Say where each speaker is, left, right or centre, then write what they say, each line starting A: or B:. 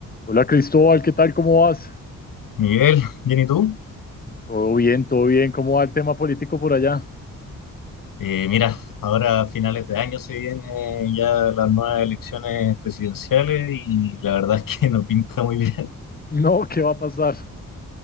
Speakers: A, on the left; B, on the left.
A: Hola Cristóbal, ¿qué tal? ¿Cómo vas?
B: Miguel, bien, ¿y tú?
A: Todo bien, todo bien. ¿Cómo va el tema político por allá? <laughs>
B: Eh, mira, ahora a finales de año se vienen ya las nuevas elecciones presidenciales y la verdad es que <laughs> no pinta muy bien.
A: No, ¿qué va a pasar?